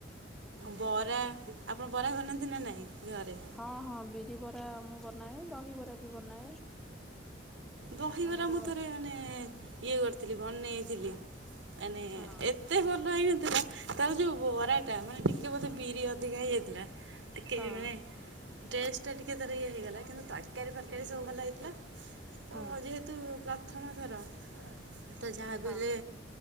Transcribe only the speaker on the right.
ବରା ଆପଣ ବରା ବନାନ୍ତି ନା ନାଇଁ ଘରେ?
ଦହିବରା
ମୁଁ ଥରେ ମାନେ ଇଏ କରିଥିଲି ବନେଇଥିଲି ମାନେ
ଏ ତେ ଭଲ ହେଇନଥିଲା ତାର ଯୋଉ ବରାଟା ମାନେ ଟିକେ ବୋଧେ ବିରି ଅଧିକା ହେଇଯାଇଥିଲା। ଟିକେ
ଇଏ ମାନେ ଟେଷ୍ଟଟା ଟିକେ ତାର ଇଏ ହେଇଗଲା, କିନ୍ତୁ ତରକାରୀ ଫରକାରୀ ସବୁ ଭଲ ହେଇଥିଲା। ତ
ଯେହେତୁ ପ୍ରଥମ ଥର ତ ଯାହାବି
ହେଲେ